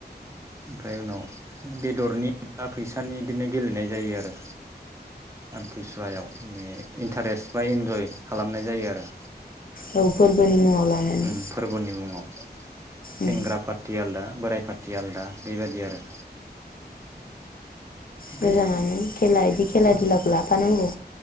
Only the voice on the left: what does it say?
औ फोरबोनि मुङाव लानानै
उम
मोजाङानो
खेला बिदि खेला-दुलाखौ
लाफानांगौ